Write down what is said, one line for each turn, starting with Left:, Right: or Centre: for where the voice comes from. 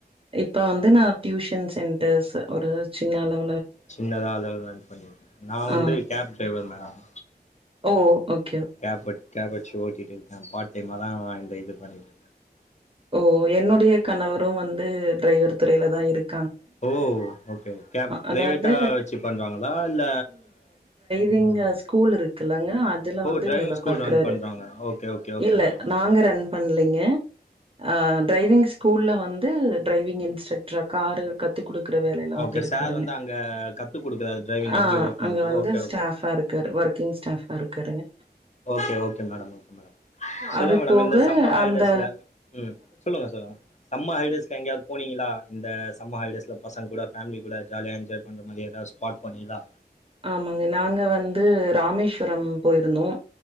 Right: இப்ப வந்து நா டியு டூசன் சென்டர்ஸ் ஒரு சின்ன அளவு
Left: சின்னதா அளவுளா பண்ணிருக்கே நா வந்து
Right: ஆ
Left: கேப் டிரைவர் மேடம்
Right: ஓ ஓக்
Left: கேப் கேப்பச்சு ஓட்டிட்டு இருக்கே பார்ட்டைமா தா இந்த இது பண்ணிட்டு இருக்கே
Right: ஓ என்னுடைய கணவரு வந்து டிரைவர் துறையில தா இருக்
Left: ஓ ஓகே கேப் பிரைவேட்டா
Right: அதாவது
Left: வச்சு பண்றாங்களா இல்ல
Right: விங்கஸ் கூல் இருக்குலங்க அதுல
Left: ஓ
Right: வந்து
Left: டிரைவிங்
Right: வேல
Left: ஸ்கூல்
Right: பாக்கறாரு
Left: ரன் பண்றாங்க ஓகே ஓகே ஓகே
Right: இல்ல
Left: மேடம் ஓகே
Right: நாங்க
Left: மேடம்
Right: ரன் பண்ணலீங்க ஆ டிரைவிங் ஸ்கூல்ல வந்து டிரைவிங் இன்ஸ்ட்ரக்ட்ரா காரு கத்து குடுக்குற வேலையால
Left: ஓகே
Right: வந்து இருக்காருங்க
Left: சார் வந்து அங்க கத்து குடுக்குறாரு டிரைவிங் எப்டி
Right: ஆ
Left: ஓட்டணுன்ட்டு
Right: அங்க வந்து
Left: ஓகே
Right: ஸ்டாபா
Left: ஓகே
Right: இருக்காரு ஒர்க்கிங் ஸ்டாபா இருக்காருங்க
Left: okay okay madam okay madam சொல்லுங்க
Right: அது
Left: மேடம்
Right: போக
Left: இந்த சம்மர் ஹாலிடேஸ்ல
Right: அந்த
Left: ம் சொல்லுங்க சொல்லுங்க சம்மா ஹலிடேஸ்ல எங்கயாவது போனீங்களா இந்த சம்மர் ஹாலிடேஸ்ல பசங்க கூட பேமிலி கூட ஜாலியா என்ஜாய் பண்ற மாரி எதாவது ஸ்பார்ட் போனீங்கலா
Right: ஆமாங்க நாங்க வந்து ராமேஸ்வரம் போயிருந்தோ